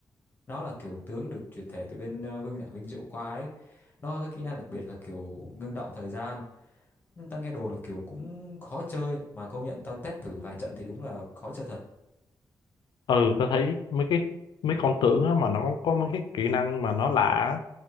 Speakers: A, on the left (about 25°); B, on the left (about 85°).
A: nó là kiểu tướng được chuyển thể từ bên ờ, Vương giả Vinh Diệu qua ấy. Nó có cái kỹ năng đặc biệt là kiểu ngưng động thời gian tao nghe đồn là kiểu cũng khó chơi mà công nhận tao test thử vài trận thì đúng là khó chơi thật
B: ừ tao thấy mấy cái mấy con tướng á mà nó có mấy cái kỹ năng mà nó lạ á,